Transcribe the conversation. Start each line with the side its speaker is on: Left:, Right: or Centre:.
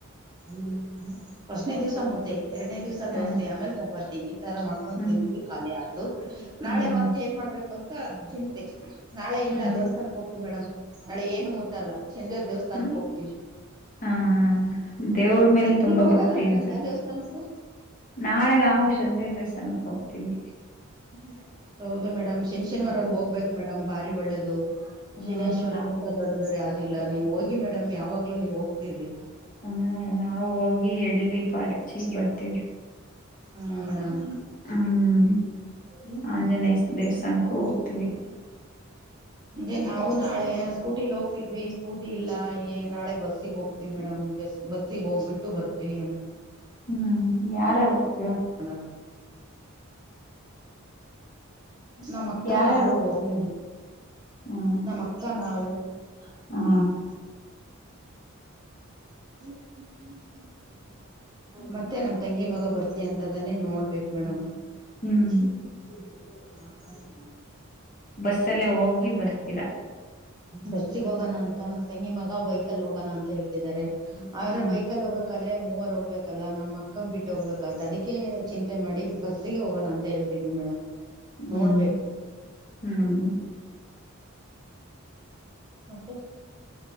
Right: ಹ್ಮ ಪಸ್ನೇ ದಿವ್ಸ ಮುದ್ದೆ ಎರಡನೇ ದಿವ್ಸ
Left: ಹ್ಮ್
Right: ದೋಸೆ ಆಮೇಲೆ ಚಪಾತಿ ಈ ತರ ಮಾಡ್
Left: ಹ್ಮ್
Right: ತಿಂದವಿ ಖಾಲಿ ಆತು
Left: ಹ್ಮ್
Right: ನಾಳೆ ಮತ್ತೆ ಏನ್ ಮಾಡ್ಬೇಕು ಅಂತ ಚಿಂತೆ ನಾಳೆ ಇಲ್ಲ
Left: ಹ್ಮ್
Right: ದೇವಸ್ಥಾನಕ್ಕೆ ಹೋಗ್ತಿ ಮೇಡಮ್ ನಾಳೆ ಏನು ಮುಟ್ಟಲ್ಲ ಶನಿದೇವರ ದೇವಸ್ಥಾನ ದೇವಸ್ಥಾನಕ್ಕೆ
Left: ಹ್ಮ್
Right: ಹೋಗ್ತವಿ <inaudible>
Left: ಹಾ ದೇವ್ರ ಮೇಲೆ
Right: ನೀವ
Left: ತುಂಬಾ
Right: ಹೋಗಲ್ಲ
Left: ಭಕ್ತಿ
Right: ಮೇಡಮ್
Left: ಅನ್ಸುತ್ತೆ
Right: ಯಾವ ದೇವಸ್ಥಾನಕ್ಕೂ.
Left: ನಾಳೆ ನಾವು ಶಂದೆ ದೇವಸ್ಥಾನಕ್ಕೆ ಹೋಗ್ತೀವಿ.
Right: <inaudible> ಹೌದು ಮೇಡಮ್ ಶನಿ ಶನಿವಾರ
Left: ಹ್ಮ್
Right: ಹೋಗ್ಬೇಕು ಮೇಡಮ್ ಬಾರಿ ಒಳ್ಳೇದು <inaudible>
Left: ಹ್ಮ
Right: ಶನೇಶ್ವರಗಿಂತ
Left: ನಾ
Right: ದೊಡ್ಡ ದೇವ್ರೆ ಅದು ಇಲ್ಲ ನೀವು ಹೋಗಿ ಮೇಡಮ್ ಯಾವಾಗ್ಲೂ ನೀವ ಹೋಗ್ತಿರಿ
Left: ಹ್ಮ್ ನಾವು ಹೋಗಿ ಎಳ್ಳ ದೀಪ ಹಚ್ಚಿ ಬರ್ತೀವಿ
Right: ಹ್ಮ ಮೇಡಮ್
Left: ಹ್ಮ್
Right: ಹ್ಮ್
Left: ಆಂಜನೇಯ ದೇವಸ್ಥಾನಕ್ಕೂ
Right: <unintelligible> ಹ್ಮ
Left: ಹೋಗ್ತೀವಿ
Right: ಎ ನಾವು ನಾಳೆ ಸ್ಕೂಟಿಲಿ ಹೋಗ್ತಿದ್ವಿ ಸ್ಕೂಟಿ ಇಲ್ಲಏ ನಾಳೆ ಬಸ್ಸಗ್ ಹೋಗ್ತವಿ ಮೇಡಂ ಬಸ್ ಬಸ್ಗೆ ಹೋಗ್ಬಿಟ್ಟು ಬರ್ತೀವಿ
Left: ಹ್ಮ್ ಯಾರ ಯಾರ ಹೋಗ್ತೀರಾ
Right: <unintelligible> ನಮ್ಮ ಅಕ್ಕ
Left: ಯಾರ್ಯಾರು
Right: ನಾವು
Left: ಹೋಗ್ತಿದೀರಾ
Right: ಹೋಗ್ತವಿ <inaudible>
Left: ಹ್ಮ್
Right: ನಮ್ಮಕ್ಕ ನಮ್ಮಕ್ಕ ನಾವು <unintelligible>
Left: ಹಾ
Right: <unintelligible> ಮತ್ತೆ ನಮ್ಮ ತಂಗಿ ಮಗ ಬರ್ತ ಅಂತದಾನೆ ನೋಡ್ಬೇಕು ಮೇಡಮ್
Left: ಹ್ಮ್
Right: <unintelligible>
Left: ಬಸ್ಸಲ್ಲೇ ಹೋಗಿ ಬರ್ತೀರಾ.
Right: ಬಸ್ಸಿಗೆ ಹೋಗೋಣ ಅಂತ ನಮ್ಮ ತಂಗಿ ಮಗ ಬೈಕಲ್ಲಿ ಹೋಗೋಣ ಅಂತ ಹೇಳ್ತಿದಿದ್ದಾರೆ ಹಾಗಾದರೆ
Left: ಹಾ
Right: ಬೈಕಲ್ಲಿ ಹೋಗ ಆದ್ರೆ ಮೂವರ್ ಹೋಗ್ಬೇಕಲ್ಲಾ ನಮ್ಮ್ ಅಕ್ಕಮ ಬಿಟ್ಟು ಹೋಗ್ಬೇಕತ್ ಅದಕ್ಕೆ ಚಿಂತೆ ಮಾಡಿ ಬಸ್ಸಿಗೆ ಹೋಗೋಣ ಅಂತ ಹೇಳ್ತಿದ್ವಿ ಮೇಡಮ್
Left: ಹ್ಮ್
Right: ನೋಡ್ಬೇಕು
Left: ಹ್ಮ್
Right: ಮತ್ತೆ